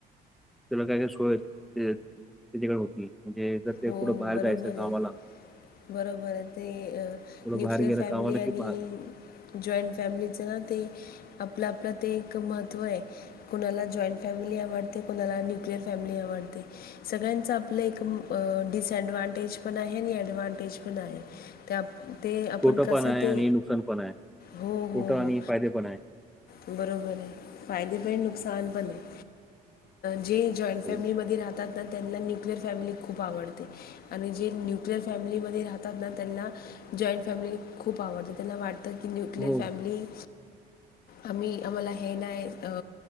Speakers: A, in the centre; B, on the left (about 65°).
A: त्याला काय काय सोय त्याच्याकडे होती, म्हणजे जर ते
B: हो
A: कुठं बाहेर
B: बरोबर
A: जायचं
B: आहे
A: गावाला
B: बरोबर आहे ते अ
A: कुठं
B: न्युक्लियर
A: बाहेर गेलं
B: फॅमिली
A: कामाला की
B: आणि
A: बा
B: जॉईंट फॅमिलीचं ना ते आपलं आपलं ते एक महत्त्व आहे. कुणाला जॉईंट फॅमिली आवडते, कोणाला न्यूक्लियर फॅमिली आवडते. सगळ्यांचं आपलं एक डिसॲडवांटेज पण आहे आणि ॲडवांटेज पण आहे त्या ते आपण
A: तोटा
B: कसं
A: पण आहे
B: ते
A: आणि नुकसान पण आहे तोटा
B: हो हो हो
A: आणि फायदे पण आहे.
B: बरोबर आहे फायदे पण आहे नुकसान पण आहे जे जॉईंट फॅमिलीमध्ये
A: हो
B: राहतात ना, त्यांना न्युक्लिअर फॅमिली खूप आवडते. आणि जे न्यूक्लिअर फॅमिलीमध्ये राहतात ना, त्यांना जॉईंट फॅमिली खूप आवडते त्यांना वाट आता की न्युक्लियर
A: हो,
B: फॅमिली आम्ही आम्हाला हे नाही अ